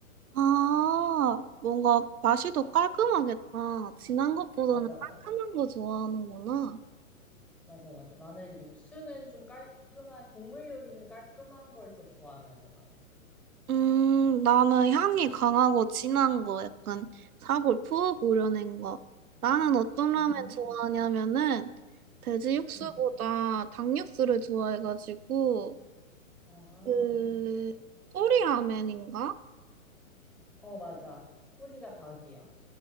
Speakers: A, on the right; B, in the centre.
A: 아, 뭔가 맛이 더 깔끔하겠다. 진한 것보다는
B: 맞아,
A: 깔끔한
B: 맞아.
A: 거 좋아하는구나.
B: 맞아, 맞아. 나는 육수는 좀 깔끔한, 국물 요리는 깔끔한 걸 더 좋아하는 것 같아.
A: 음, 나는 향이 강하고 진한 거 약간 사골 푹 우려낸 거. 나는 어떤 라면
B: 음,
A: 좋아하냐면은 돼지 육수보다
B: 음.
A: 닭 육수를 좋아해가지고
B: 아,
A: 그 토리 라면인가?
B: 어, 맞아. 토리가 닭이야.